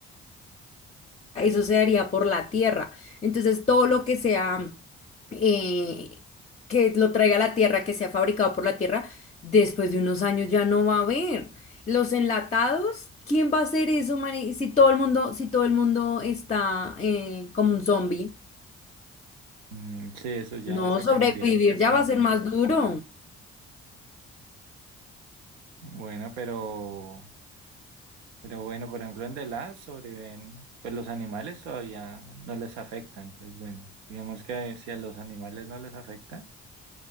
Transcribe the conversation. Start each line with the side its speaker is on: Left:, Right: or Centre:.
Left: eso se daría por la tierra. Entonces, todo lo que sea, eh, que lo traiga la tierra, que sea fabricado por la tierra, después de unos años ya no va a haber. Los enlatados, ¿quién va a hacer eso, Mari? Si todo el mundo, si todo el mundo está eh, como un zombie,
Right: Mm, sí, eso ya
Left: no
Right: se acabaría
Left: sobrevivir
Right: en cierto
Left: ya
Right: momento.
Left: va a ser más duro.
Right: Bueno, pero... Pero bueno, por ejemplo, en The Last sobreviven, pues los animales todavía no les afecta. Entonces, bueno, digamos que si a los animales no les afecta,